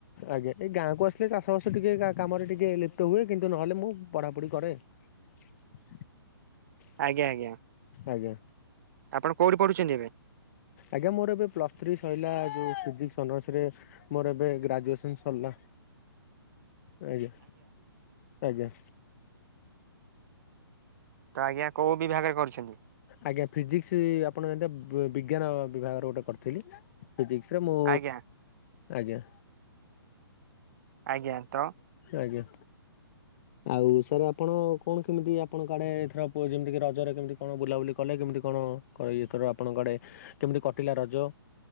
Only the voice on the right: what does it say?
ଆଜ୍ଞା ଆଜ୍ଞା।
ଆପଣ କୋଉଠି ପଢୁଚନ୍ତି ଏବେ?
ତ ଆଜ୍ଞା କୋଉ ବିଭାଗରେ କରୁଛନ୍ତି?
ଆଜ୍ଞା
ଆଜ୍ଞା ତ